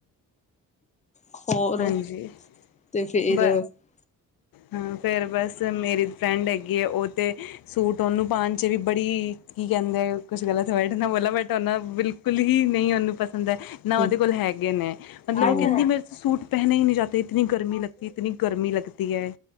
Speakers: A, on the left; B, on the left.
A: ਹੋਰ
B: ਹਾਂਜੀ
A: ਤੇ ਫੇਰ
B: ਬ
A: ਹਮ
B: ਹਾਂ, ਫੇਰ ਬਸ ਮੇਰੀ ਫਰੈਂਡ ਹੈਗੀਏ, ਓ ਤਾਂ ਸੂਟ ਓਨੂੰ ਪਾਉਣ 'ਚ ਵੀ ਬੜੀ ਕੀ ਕੈਂਦੇ ਕੁਛ ਗਲਤ ਹੋਏ ਤੇ ਬੋਲਾਂ ਬਟ ਓਨਾ ਬਿਲਕੁਲ ਹੀ ਨੀ ਓਨੂੰ ਪਸੰਦ ਐ। ਨਾ
A: ਹਮ
B: ਓਦੇ ਕੋਲ ਹੈਗੇ ਨੇ ਮਤਲਬ
A: ਹਮ
B: ਓ ਕੈਂਦੀ ਮੇਰੇ ਸੂਟ ਪੈਹਨੇ ਹੀ ਨਹੀਂ ਜਾਤੇ। ਤੇ ਇਤਨੀ ਗਰਮੀ ਲੱਗਤੀ ਇਤਨੀ ਗਰਮੀ ਲੱਗਤੀ ਐ।